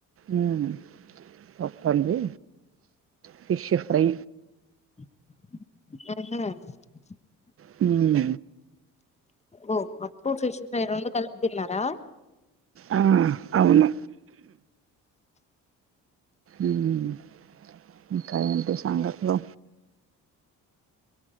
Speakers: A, on the right; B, on the left.
A: ఉమ్ పప్పండి ఫిష్ ఫ్రై
B: <unintelligible>
A: హుమ్
B: ఓ మట్ను ఫిష్ ఫ్రై రెండు కలిపిదిన్నారా
A: ఆ అవును ఉహ్ హ్మ్ ఇంకా ఏంటి సంగతులు